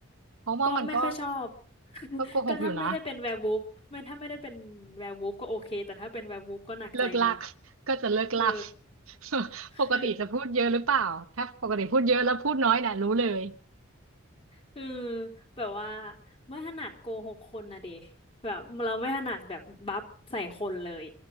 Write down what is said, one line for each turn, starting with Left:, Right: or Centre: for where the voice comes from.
Right: เพราะว่ามันก็
Left: ก็ไม่ค่อยชอบ <laughs>
Right: ก็โกหกอยู่นะ
Left: ก็ถ้าไม่ได้เป็นแวร์วูฟไม่ถ้าไม่ได้เป็นแวร์วูฟก็โอเคแต่ถ้าเป็นแวร์วูฟก็หนักใจมาก
Right: เลิกลักก็จะเลิกลัก
Left: เออ
Right: <laughs>
Left: คือ
Right: ปกติจะพูดเยอะหรือเปล่าถ้าปกติพูดเยอะแล้วพูดน้อยน่ะรู้เลย
Left: เออแบบว่าไม่ถนัดโกหกคนนะเดแบบเราไม่ถนัดแบบบัฟใส่คนเลย